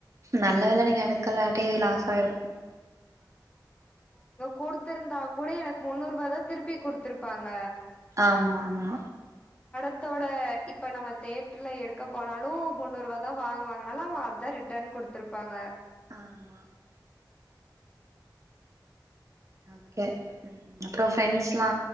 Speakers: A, on the right (about 45°); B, on the left (about 15°).
A: நல்ல வேல நீங்க எடுக்கல்லாட்டி லாஸ் அய்ருக்கும்
B: கொடுத்திருந்தா கூட எனக்கு முன்னூறு ரூபா தா திருப்பி குடுத்தருப்பாங்க
A: ஆமா ஆமா
B: த்தோட இப்ப நம்ம தேட்டர்ல எடு க்க போனாலும் முன்னூறு ரூவா தா வாங்குவாங்கனால அவங்க அத ரிட்டன் கொடுத்தருப்பாங்க
A: ஆமா ஓகே அப்புறம் ஃரெண்ட்ஸ் எல்லா